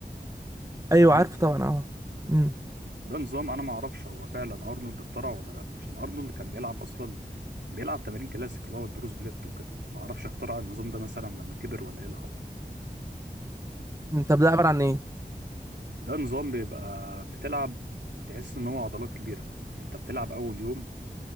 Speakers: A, on the right; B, on the right.
A: تسمع
B: ايوه
A: عنه
B: عارفه طبعا اه امم
A: ده نظام انا ما اعرفش هو فعلا ارنولد اخترعه ولا لا عشان ارنولد كان بيلعب اصلا بيلعب تمارين كلاسيك اللي هو البروس بليت وكده ما اعرفش اخترع النظام ده مثلا لما كبر ولا ايه اللي حصل
B: إمم، طب ده عبارة عن ايه
A: ده نظام بيبقى بتلعب تحس ان هو عضلات كبيره يعني انت بتلعب اول يوم